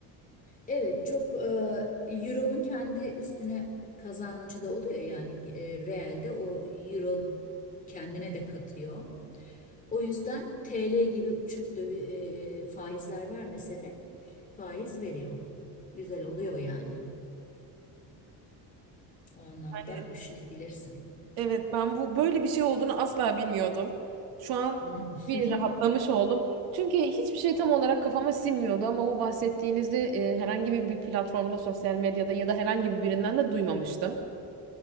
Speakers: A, on the left; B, on the right.
A: Evet, çok e, Euro'nun kendi üstüne kazancı da oluyor yani e, realde o Euro kendine de katıyor. O yüzden TL gibi uçuk dövi, e, faizler vermese de faiz veriyor. Güzel oluyor yani. O anlamda
B: Yani
A: düşünebilirsin.
B: Evet ben bu böyle bir şey olduğunu asla bilmiyordum. Şu an
A: <laughs>
B: bir rahatlamış oldum. Çünkü hiçbir şey tam olarak kafama sinmiyordu ama bu bahsettiğinizde e, herhangi bir, bir platformda, sosyal medyada ya da herhangi birinden de duymamıştım.